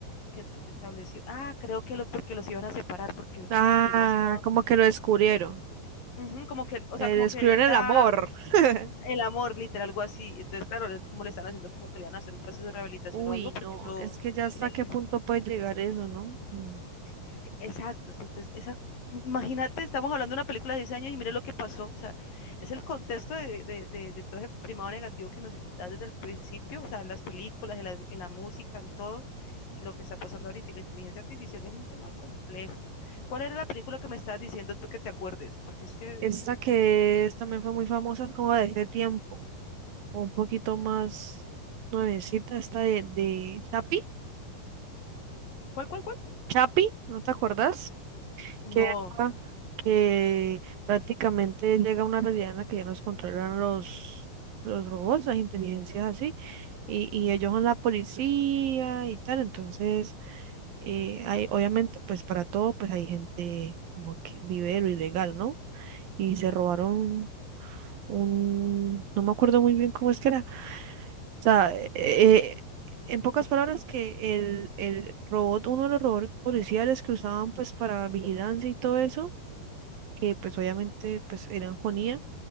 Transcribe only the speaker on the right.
ah,
como que lo descubrieron,
eh,
descubrieron
el amor. <laughs>
Uy,
no,
es que ya hasta
qué
punto puede llegar eso, ¿no? Mm.
Esta
que es- también fue muy famosa, es como de ese tiempo, o un poquito más nuevecita, esta de, de Chapi,
Chapi, ¿no te acuerdas?
Que, era- que prácticamente llega una realidad en la que ya nos controlan los, los robots, las inteligencias así, y, y ellos son la policía y tal, entonces... eh, hay, obviamente, pues para todo, pues hay gente como que vive de lo ilegal, ¿no? Y se robaron un, no me acuerdo muy bien cómo es que era. O sea, eh, eh, en pocas palabras que el, el robot, uno de los robots policiales que usaban pues para vigilancia y todo eso, que pues obviamente pues eran con IA,